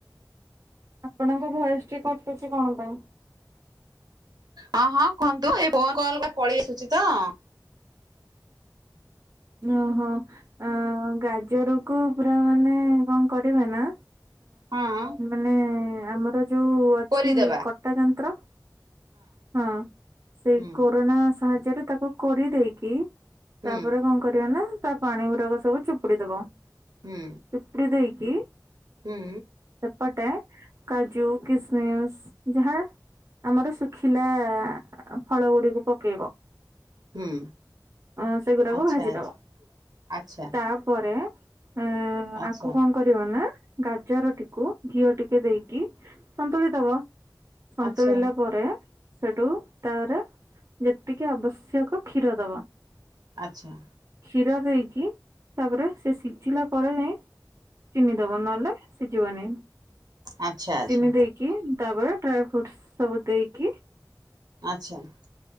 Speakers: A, on the right; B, on the right.
A: ଆପଣଙ୍କ ଭୟସଟି କଟୁଛି କଣ ପାଇଁ ।
B: ହଁ ହଁ କୁହନ୍ତୁ ଏ ଫୋନ କଲ ଗୁରା ପଳେଇ ଆସୁଛି ତ ।
A: ଓହୋ ଆ ଗାଜରକୁ । ମାନେ କଣ କରିବେ ନା
B: ହଁ
A: ମାନେ ଆମର ଯୋଉ ଅଛି
B: କରିଦେବା
A: କଟା ଯନ୍ତ୍ର ହଁ ସେଇ
B: ହୁଁ
A: କୋରୋନା ସାହାଯ୍ୟରେ ତାକୁ କରି ଦେଇେଇକି
B: ହୁଁ
A: ତାପ କ ତା ପାଣି ଗୁଡାକ ସବୁ ଚୁପୁଡି ଦବ
B: ହୁଁ
A: ଚୁପୁଡି ଦେଇକି
B: ହୁଁ
A: ପଟେ କାଜୁ କିସମିସ ଯାହା ଆମର ଶୁଖିଲା ଫଳ ଗୁଡିକୁ ପକେଇବ ।
B: ହୁଁ
A: ଅ ସେଗୁଡାକୁ
B: ଆଚ୍ଛା
A: ଭାଜିଦବ
B: ଆଚ୍ଛା
A: ତାପରେ ଏ
B: ଆଚ୍ଛା
A: ଆଙ୍କୁ କଣ କରିବ ନା ଗାଜରଟିକୁ ଘିଅ ଟିକେ ଦେଇକି ସନ୍ତୁଳି ଦବ ସନ୍ତୁଳିଲା
B: ଆଚ୍ଛା
A: ପରେ ସେଠୁ ତାର ଯେତିକି ଆବଶ୍ୟକ କ୍ଷୀର ଦବ
B: ଆଚ୍ଛା ।
A: କ୍ଷୀର ଦେଇକି ତାପରେ ସେ ସିଝିଲା ପରେ ଯାଇଁ ଚିନି ଦବ ନହେଲେ ସିଝିବନି
B: ଆଚ୍ଛା ଆଚ୍ଛା
A: ଚିନି
B: ଆଚ୍ଛା
A: ଦେଇକି ତାପରେ ଡ୍ରାଏ ଫ୍ରୁଟ ସବୁ ଦେଇକି
B: ଆଚ୍ଛା ।